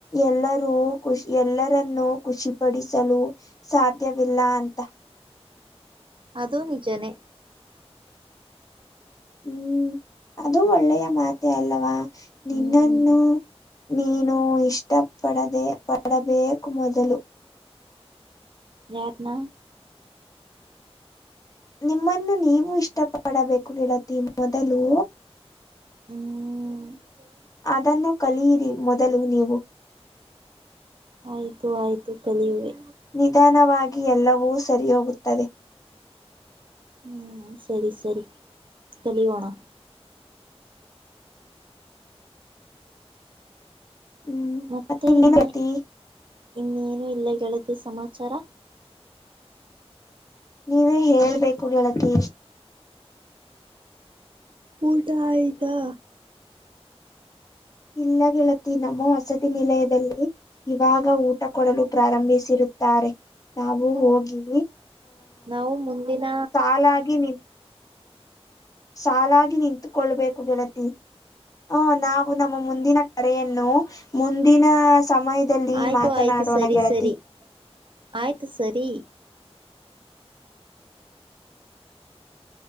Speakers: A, on the left; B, on the right.
A: ಎಲ್ಲರೂ ಖುಷಿ ಎಲ್ಲರನ್ನು, ಖುಷಿಪಡಿಸಲು ಸಾಧ್ಯವಿಲ್ಲ ಅಂತ.
B: ಅದು ನಿಜನೇ.
A: ಹ್ಮ್ ಅದು ಒಳ್ಳೆಯ ಮಾತೆ ಅಲ್ಲವಾ. ನಿನ್ನನ್ನು
B: ಹ್ಮ್
A: ನೀನು ಇಷ್ಟ ಪಡದೆ ಪಡಬೇಕು ಮೊದಲು.
B: ಯಾರ್ನ.
A: ನಿಮ್ಮನ್ನು ನೀವು ಇಷ್ಟ ಪಡಬೇಕು ಗೇಳತಿ ಮೊದಲು.
B: ಹ್ಮ.
A: ಅದನ್ನು ಕಲಿಯಿರಿ ಮೊದಲು ನೀವು.
B: ಆಯ್ತು ಆಯ್ತು ಕಲಿವುವೆ.
A: ನಿಧಾನವಾಗಿ ಎಲ್ಲವೂ ಸರಿ ಹೋಗುತ್ತದೆ.
B: ಹ್ಮ್ ಸರಿ ಸರಿ ಕಲಿಯೋಣ.
A: ಹ್ಮ್
B: ಮತ್ತೆ
A: ಮತ್ತ ಇನ್ನೇನು
B: ಇನ್ನ
A: ಗತಿ
B: ಇನ್ನೇನು ಇಲ್ಲ ಗೆಳತಿ ಸಮಾಚಾರ.
A: ನೀವೇ ಹೇಳ್ಬೇಕು ಗೆಳತಿ.
B: ಊಟ ಆಯ್ತಾ.
A: ಇಲ್ಲ ಗೆೇಳತಿ ನಮ್ಮ ವಸತಿ ನಿಲಯದಲ್ಲಿ. ಇವಾಗ ಊಟ ಕೊಡಲು ಪ್ರಾರಂಭಿಸಿರುತ್ತಾರೆ. ನಾವು ಹೋಗಿ,
B: ನಾವು ಮುಂದಿನ.
A: ಅಲ್ಲ ಆಗೆ ನೀ ಸಾಲಾಗಿ ನಿಂತುಕೊಳ್ಬೇಕು ಗೆಳತಿ. ಹ ನಾವು ನಮ್ಮ ಮುಂದಿನ ಕರೆಯನ್ನು ಮುಂದಿನ ಸಮಯದಲ್ಲಿ.
B: ಆಯ್ತು
A: ಇ ಮಾತನಾಡೋಣ
B: ಆಯ್ತು ಸರಿ
A: ಗೆಳತಿ.
B: ಸರಿ ಆಯ್ತು ಸರಿ.